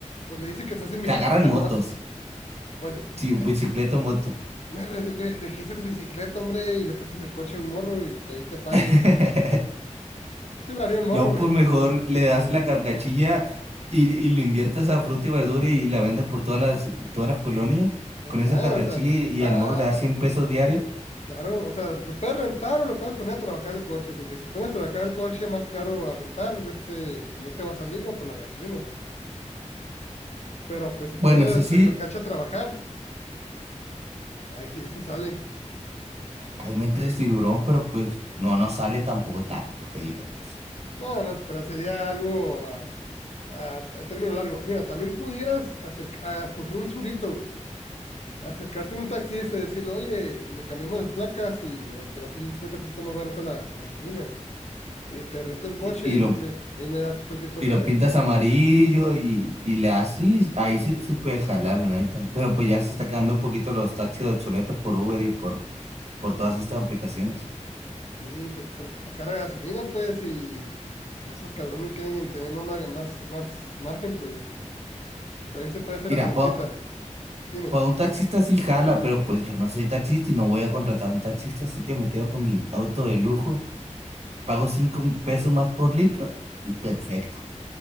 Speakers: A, on the left; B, on the right.
A: pues le dice que estás en bicicleta
B: Te agarran motos.
A: nomás. Pues,
B: Sí,
A: eh,
B: bicicleta o moto.
A: me re- re- registras bicicleta, hombre, y le prestas el coche a un morro y te- ahí te pague.
B: <laughs>
A: Sí lo haría un morro,
B: No, pues
A: güey.
B: mejor le das la carcachilla y, y le inviertes a fruta y verdura y la vendes por todas las, todas las colonias
A: Ahí
B: con
A: está,
B: esa carcachilla
A: o sea,
B: y, y
A: ah,
B: al morro le das 100 pesos diarios.
A: claro, o sea, lo puedes rentar o lo puedes poner a trabajar el coche, porque si pones a trabajar el coche más caro a rentar, de este, pues no te va a salir, ¿no? Por la gasolina. Pero pues si
B: Bueno,
A: pones
B: eso sí,
A: la carcacha a trabajar, ahí sí, sí sale.
B: Hay mente de tiburón, pero pues no nos sale tampoco tanto, que digamos.
A: No, no, pero sería algo ah, a, a término largo. Mira, también pudieras acerca, a escoger un surito, güey. Acercarte a un taxista y decirle, oye, le cambiamos las placas y ya te va a salir 50% más barata la, la gasolina. Y te rento el coche,
B: Y, y lo,
A: no sé. Ahí me das cualquier cosa.
B: y lo pintas
A: que-
B: amarillo y, y le haces ahí sí
A: sí,
B: se puede jalar, la neta. Pero pues ya se está quedando un poquito los taxis obsoletos por Uber y por, por todas estas aplicaciones.
A: sí, pues porque está cara la gasolina, pues, y esos cabrones quieren tener más, mar- más, más margen, pues. Pero ahí se puede hacer
B: Mira,
A: la transita.
B: por,
A: Dime.
B: por un taxista sí jala, pero pues yo no soy taxista y no voy a contratar a un taxista, así que me quedo con mi auto de lujo, pago cinco pesos más por litro y perfecto,